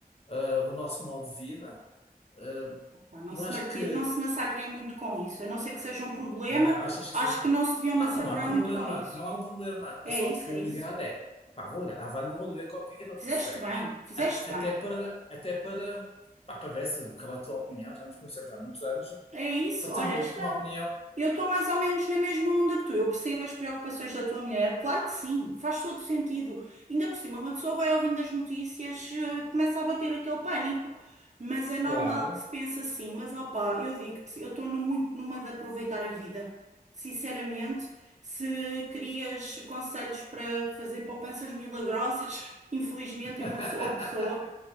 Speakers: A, on the left (about 40°); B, on the right (about 50°).
A: ah, o nosso modo de vida? Ah,
B: pá, não
A: eu
B: se
A: acho
B: marti-
A: que
B: não se massacrem muito com isso, a não ser que seja um problema,
A: Ah, achas que
B: acho
A: sim?
B: que não se deviam
A: Não,
B: massacrar
A: não é um problema,
B: muito com isso.
A: não é um problema.
B: É
A: Eu só
B: isso,
A: te queria
B: é
A: ligar,
B: isso.
A: é, pá, vou ligar à Wanda e vou lhe ver qual, o que é que ela
B: Fizeste
A: prefere.
B: bem, fizeste
A: A-
B: bem.
A: Até para, até para, pá, para ver se, qual é a tua opinião, já nos conhecemos há muitos anos,
B: É isso,
A: para termos
B: olha, esta.
A: uma opinião.
B: Eu estou mais ou menos na mesma onda que tu. Eu percebo as preocupações da tua mulher. Claro que sim, faz todo sentido. Ainda por cima, uma pessoa vai ouvindo as notícias, eh, começa a bater aquele pânico. Mas é normal
A: Claro.
B: que se pense assim. Mas opá, eu digo-te, eu estou muito numa de aproveitar a vida. Sinceramente, se querias conselhos para fazer poupanças milagrosas, <laughs> infelizmente
A: <laughs>
B: eu não sou a pessoa.